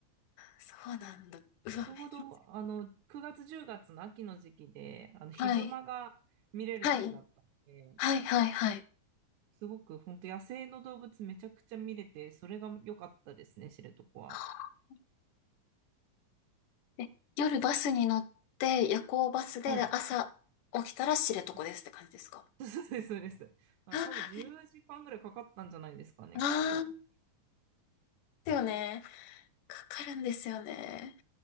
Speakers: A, on the left; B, on the right.
A: そうなんだ。うわ、
B: ちょうど、
A: めっちゃ。
B: あの、9月、10月の秋の時期で、あの、ヒグマが見れる時だったんで、
A: はい。はい。はい、はい、はい。
B: すごく本当野生の動物めちゃくちゃ見れて、それが良かったですね、知床は。
A: はあえ、夜バスに乗って、夜行バスで朝起きたら知床ですって感じですか
B: はい。そうそうです、そうです。あ、
A: あ、
B: 多分10時間ぐらいかかったんじゃないですかね、
A: ああー、
B: きっと。
A: ですよね。かかるんですよね。